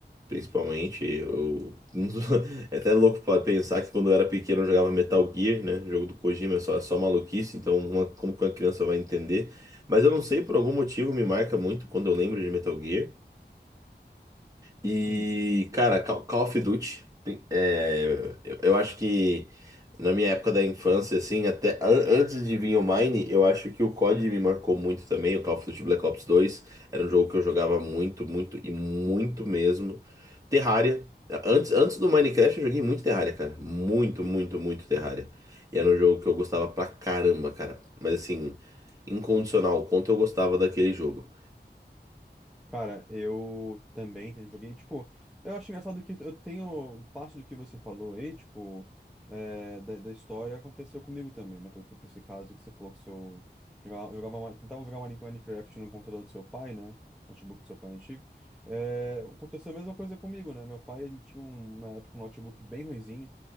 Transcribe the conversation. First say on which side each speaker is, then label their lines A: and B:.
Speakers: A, on the right; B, in the centre.
A: principalmente. Eu... <laughs> É até louco pra pensar que quando eu era pequeno eu jogava Metal Gear, né? Jogo do Kojima, é só, é só maluquice, então uma- como que uma criança vai entender? Mas eu não sei, por algum motivo me marca muito quando eu lembro de Metal Gear. E,
B: Hum.
A: cara, Ca- Call of Duty, é, eu, eu acho que na minha época da infância, assim, até an- antes de vir o Mine, eu acho que o COD me marcou muito também, o Call of Duty Black Ops dois era um jogo que eu jogava muito, muito e muito mesmo. Terraria, antes, antes do Minecraft eu joguei muito Terraria, cara, muito,
B: Sim.
A: muito, muito Terraria. E era um jogo que eu gostava pra caramba, cara, mas assim, incondicional, o quanto eu gostava daquele jogo.
B: Cara, eu também joguei, tipo, eu acho engraçado que eu tenho parte do que você falou aí, tipo, é, da, da história aconteceu comigo também, né? Por exemplo, esse caso que você falou que seu jogava, jogava uma- tentava jogar uma Minecraft no computador do seu pai, né? Notebook do seu pai antigo. É, aconteceu a mesma coisa comigo, né? Meu pai, ele tinha um, na época um notebook bem ruinzinho,